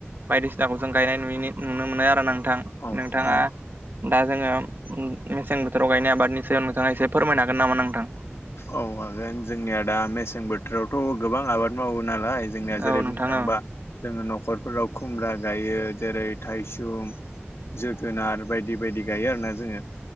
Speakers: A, on the right; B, on the left.
A: बायदिसिनाखौ जों गायनाय नुयो नुनो मोनो आरो ना नोंथां
B: औ उम
A: नोंथाङा दा जोङो मेसें बोथोराव गायनाय आबादनि सायाव नोंथाङा एसे फोरमायनो हागोन नामा नोंथां
B: औ हागोन जोंनिया दा मेसें बोथोरावथ' गोबां आबाद मावो नालाय जोंनिया
A: औ
B: जेरै
A: नोंथां
B: बुंनो थांबा
A: औ
B: जोंओ नखरफोराव खुमब्रा गायो जेरै थायसुम जोगोनार बायदि बायदि गायो आरो ना जोङो